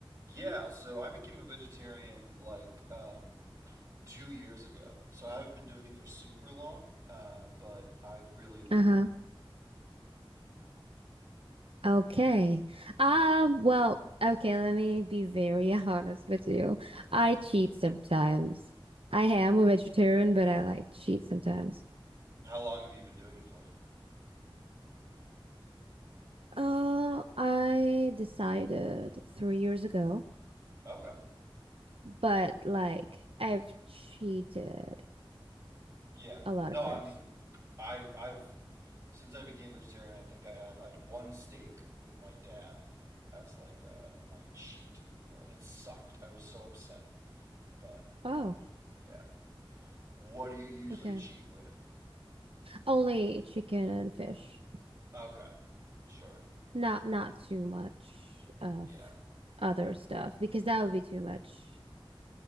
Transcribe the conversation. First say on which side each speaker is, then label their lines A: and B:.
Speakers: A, on the right; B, on the right.
A: Yeah, so I became a vegetarian like um, two years ago. So I haven't been doing it for super long, um, but I really enjoyed
B: Uh-huh.
A: it.
B: Okay. Um, well, okay, let me be very <laughs> honest with you. I cheat sometimes. I am a vegetarian, but I like cheat sometimes.
A: How long have you been doing it for?
B: Uh, I decided three years ago,
A: Okay.
B: but like I've cheated
A: Yeah.
B: a lot
A: No,
B: of times.
A: I mean, I've I've since I became vegetarian, I think I had I had one steak with my dad as like uh, my cheat meal, and it sucked. I was so upset, but
B: Oh,
A: yeah. What do you usually
B: okay.
A: cheat with?
B: Only chicken and fish.
A: Okay. Sure.
B: Not not too much of
A: Yeah.
B: other stuff because that would be too much.